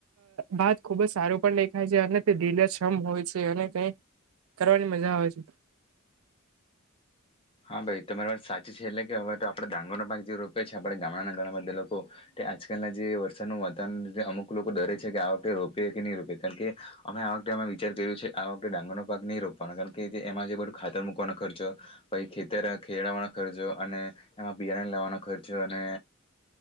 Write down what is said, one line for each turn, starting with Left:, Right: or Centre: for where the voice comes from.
Right: ભત ખુબ જ સારું પણ દેખાય છે, અને તે દિલક્ષમ હોય છે, અને તે કરવાની મજા આવે છે.
Left: હા ભાઈ તમારી વાત સાચી છે એટલે કે હવે તો આપણે ડાંગર ન પાાગ જે રોપે છે, આપણે ગામડાના ઘણા બધા લોકો તે આજકાલ જે વરસાદનું વાતાવરણ અમુક લોકો ડરે છે, કે આ વખતે રોપે કે નહી, રોપે કારણ કે અમે વખતે. વિચાર કર્યું છે આ વખતે ડાંગર નો પાક નહીં રોપવાનો કારણ, કે એમાં જે બધું ખાતર મૂકવાનો ખર્ચો પછ, ખેતર ખેડવાનો ખર્ચો અને એમાં બિયારણ લાવવાનો ખર્ચો અને